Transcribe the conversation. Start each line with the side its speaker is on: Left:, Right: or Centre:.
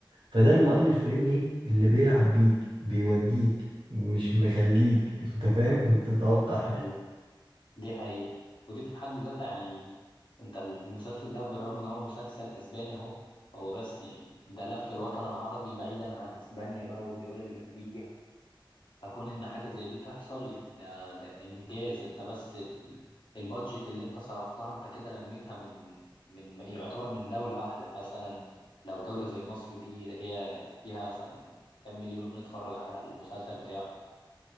Right: فده المؤلف فاهمني ايه اللي بيلعب بيك بيوديك مش مخليك <laughs> انت فاهم انت تتوقع
Left: ايوه دي حقيقة ودي في حد ذاتها يعني انت المسلسل ده بالرغم ان هو مسلسل اسباني اهو هو بس يعني ده لف الوطن العربي بعيدا عن اسبانيا بقى والدول اللي جنبيها فكون ان حاجه زي دي تحصل يعني ده ده انجاز انت بس ال- البادجت اللي انت صرفتها انت كده لميتها من من يعتبر من دوله واحده مثلا لو دوله زي مصر دي هي فيها مثلا كام مليون اتفرج على المسلسل بتاعه